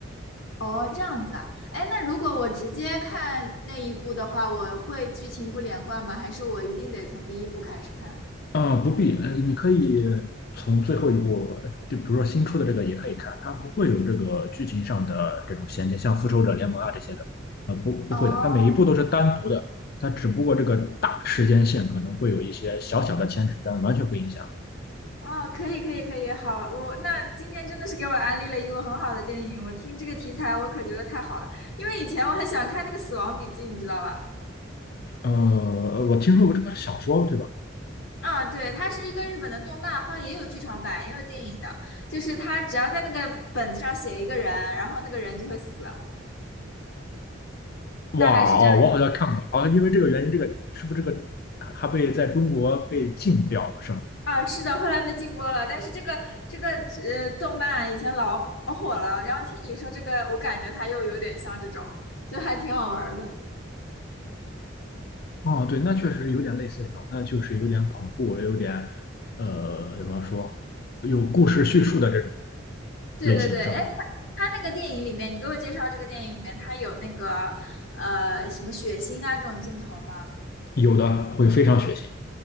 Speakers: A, on the left; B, on the left.
A: 哦，这样子啊，哎，那如果我直接看那一部的话，我会剧情不连贯吗？还是我一定得从第一部开始看？
B: 啊，不必，呃，你可以从最后一部，呃就比如说新出的这个也可以看，它不会有这个剧情上的这种衔接，像《复仇者联盟》啊这些的，呃，不不会的，
A: 哦
B: 它每一步都是单独的，它只不过这个大时间线可能会有一些小小的牵扯，但完全不影响。
A: 哦，可以可以可以，好，我那今天真的是给我安利了一个很好的电影，我听这个题材我可觉得太好了，因为以前我很喜欢看那个《死亡笔记》，你知道吧？
B: 呃，呃我听说过这个小说，对吧？
A: 嗯，对，它是一个日本的动漫，好像也有剧场版，也有电影的，就是它只要在那个本子上写一个人，然后那个人就会死，
B: 哇哦，
A: 大概是这样一个。
B: 我好像看过，啊，因为这个原因，这个是不是这个还还被在中国被禁掉了，是吗？
A: 啊，是的，后来被禁播了，但是这个这个呃动漫以前老老火了，然后听你说这个，我感觉它又有点像这种，就还挺好玩的。
B: 哦，对，那确实有点类似这种，那就是有点恐怖，有点呃，怎么说，有故事叙述的这种
A: 对对对，
B: 类型，是吧？
A: 哎，他他那个电影里面，你给我介绍这个电影里面，他有那个呃什么血腥啊这种镜头吗？
B: 有的会非常血腥，